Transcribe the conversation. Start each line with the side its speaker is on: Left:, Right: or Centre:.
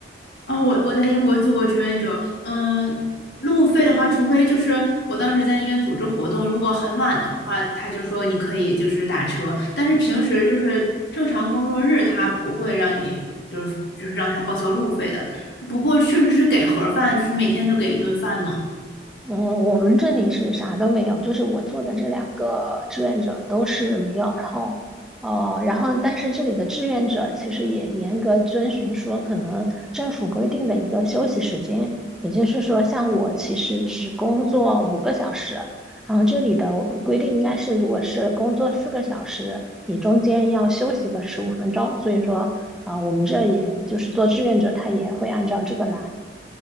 Left: 哦，我我在英国做过志愿者，嗯，路费的话，除非就是我当时在那边组织活动，如果很晚的话，他就说你可以就是打车，但是平时就是正常工作日，他不会让你就是就是让他报销路费的。不过确实是给盒饭，就是每天都给一顿饭呢。
Centre: 嗯，我们这里是啥都没有，就是我做的这两个志愿者都是没有，然后，呃，然后但是这里的志愿者其实也严格遵循说可能政府规定的一个休息时间，也就是说，像我其实只工作五个小时，然后这里的规定应该是如果是工作四个小时，你中间要休息个十五分钟，所以说，啊、我们这也就是做志愿者，他也会按照这个来。